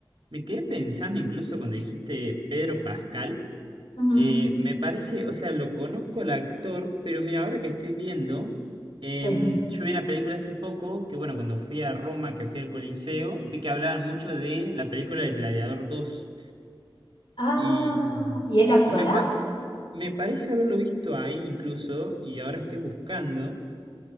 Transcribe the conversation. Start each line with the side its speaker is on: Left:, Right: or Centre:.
Right: Me quedé pensando incluso cuando dijiste Pedro Pascal.
Left: Ujú.
Right: Eh, me parece, o sea, lo conozco al actor, pero mira, ahora que estoy viendo, em,
Left: Sí.
Right: yo vi una película hace poco, que bueno, cuando fui a Roma, que fui al Coliseo, vi que hablaban mucho de la película de Gladiador dos
Left: Ah,
Right: Y,
Left: ¿y él actuará?
Right: y me, pa- me parece haberlo visto ahí incluso, y ahora estoy buscando,